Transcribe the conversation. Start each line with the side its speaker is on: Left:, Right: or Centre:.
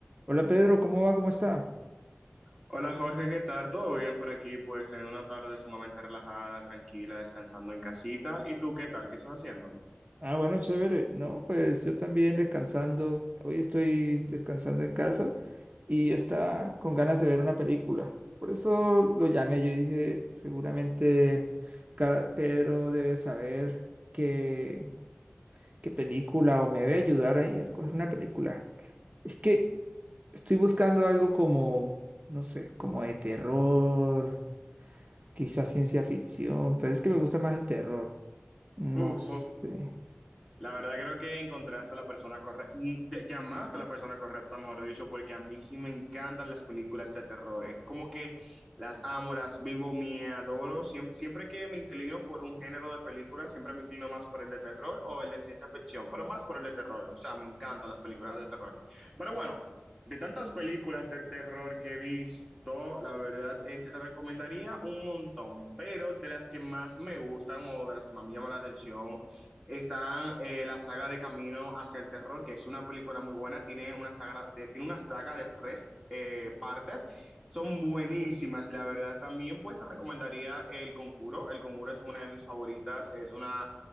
Right: Hola Pedro, ¿cómo va? ¿Cómo está?
Centre: Hola Jorge, ¿qué tal? ¿Todo bien por aquí? Pues teniendo una tarde sumamente relajada, tranquila, descansando en casita. ¿Y tú qué tal? ¿Qué estás haciendo?
Right: Ah, bueno, chévere. No, pues yo también descansando. Hoy estoy descansando en casa y estaba con ganas de ver una película. Por eso lo llamé. Yo dije, seguramente ca- Pedro debe saber qué, qué película o me debe ayudar ahí a escoger una película. Es que estoy buscando algo como, no sé, como de terror, quizás ciencia ficción, pero es que me gusta más el terror. No
Centre: Uf,
Right: sé.
Centre: uf. La verdad creo que encontré hasta la persona correcta, llamaste a la persona correcta, mejor dicho, porque a mí sí me encantan las películas de terror. Es como que las amo, las vivo, me adoro. Siem- Siempre, que me inclino por un género de película, siempre me inclino más por el de terror o el de ciencia ficción, pero más por el de terror. O sea, me encantan las películas de terror. Pero bueno, de tantas películas de terror que he visto, la verdad, este te recomendaría un montón, pero de las que más me gustan o de las que más me llaman la atención Está eh, la saga de Camino hacia el Terror, que es una película muy buena, tiene una saga de, tiene una saga de tres eh, partes, son buenísimas, la verdad. También pues te recomendaría El Conjuro, El Conjuro es una de mis favoritas, es una